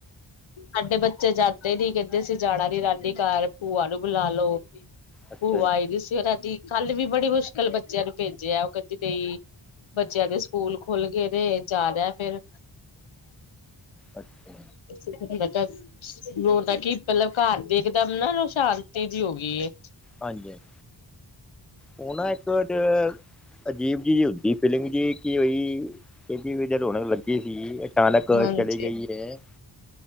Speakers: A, on the left; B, in the centre.
A: ਸਾਡੇ ਬੱਚੇ ਜਾਂਦੇ ਨੀ ਕੈਂਦੇ ਅਸੀਂ ਜਾਨਾ ਨੀ ਨਾਨੀ ਘਾਰ, ਭੂਆ ਨੂੰ ਬੁਲਾਲੋੋ।
B: ਅੱਛਾ
A: ਭੂਆ
B: ਜੀ
A: ਆਈਦੀ ਸੀ ਓਨਾਂ ਦੀ। ਕੱਲ ਵੀ ਬੜੀ ਮੁਸ਼ਕਲ ਬੱਚਿਆਂ ਨੂੰ ਭੇਜਿਆ, ਉ ਕੈਂਦੀ ਨਈ, ਬੱਚਿਆਂ ਦੇ ਸਕੂਲ ਖੁੱਲਗੇ ਨੇ ਜਾਨਾ ਫੇਰ
B: ਅੱਛਾ।
A: ਕਿਸੀ ਦੀ ਮਦ ਰੋਨਕ ਕਿ, ਮਤਲਬ ਘਾਰ ਦੀ ਇੱਕਦਮ ਨਾ ਸ਼ਾਂਤੀ ਜੀ ਹੋਗੀਏ।
B: ਹਾਂਜੀ-ਹਾਂਜੀ, ਉਹ ਨਾ ਇੱਕ ਡ ਅਜੀਬ ਜੀ ਹੁੰਦੀ ਫੀਲਿੰਗ ਜੀ, ਕੀ ਵਈ ਇਨੀ ਵਧੀਆ ਰੌਣਕ ਲੱਗੀ ਸੀ ਅਚਾਨਕ
A: ਹਾਂਜੀ
B: ਚਲੀ ਗਈ ਏ।